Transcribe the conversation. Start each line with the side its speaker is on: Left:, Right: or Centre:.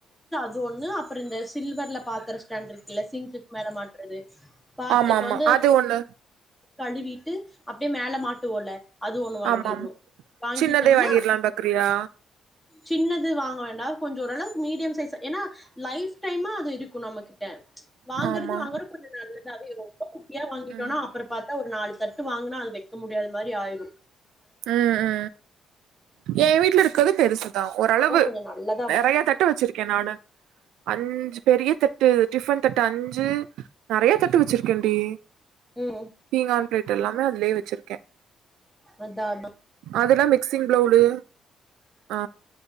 Centre: து ஒண்ணு அப்ற இந்த சில்வர்ல பாத்திர <unintelligible> இருக்குல சிங்குக்கு மேல மாட்ட ட்றது பாத்
Right: ஆமா
Centre: இப்ப
Right: ஆமா
Centre: வந்து
Right: அது ஒண்ணு
Centre: கழுவிட்டு அப்டியே மேல மாட்டுவோல அது ஒண்ணு வாங்கிட்ணு
Right: ஆமா ஆமா
Centre: வாங்கிட்டம்னா
Right: சின்னதே வாங்கிரலான்னு பாக்குறியா
Centre: சின்னது வாங்க வேண்டா கொஞ்சோ ஓரளவுக்கு மீடியம் சைஸ் ஏனா லைஃப் டைமா அதுருக்கு நம்மகிட்ட வாங்கறது
Right: ஆமா
Centre: வாங்கறோ நல்லதாவே <unintelligible> குட்டியா வாங்கிட்டோனா
Right: ம்
Centre: அப்புற பாத்து <unintelligible> ஒரு நாள் வாங்னா அது வைக்க முடியாத மாரி ஆய்ரு
Right: ஆ ஆ ஏன் வீட்ல இருக்றது பெருசு தா ஓரளவு
Centre: அப்புறம் கொஞ்சோ நல்லதா
Right: நறைய
Centre: வாங்கி-
Right: தட்டு வச்சிரு கெனானு அஞ்சு பெரிய தட்டு டிஃபன் தட்டு அஞ் சு நறைய தட்டு வச்சிருக்கேன் டி
Centre: ம்
Right: பீங்கான் பிளேட் எல்லாமே அதுலே வச்சிருக்கேன்
Centre: அதா அதான்
Right: அதெல்லா வெக் மிக்சிங் ப்ளவ்லு ஆ